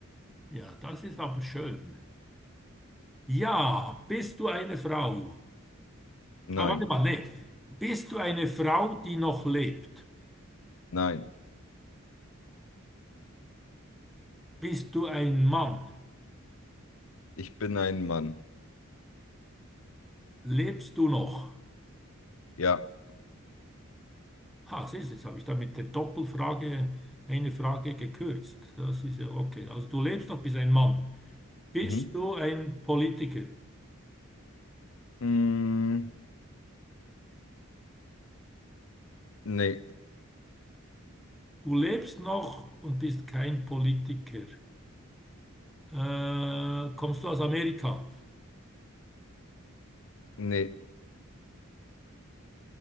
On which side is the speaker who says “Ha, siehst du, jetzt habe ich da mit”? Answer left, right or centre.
Centre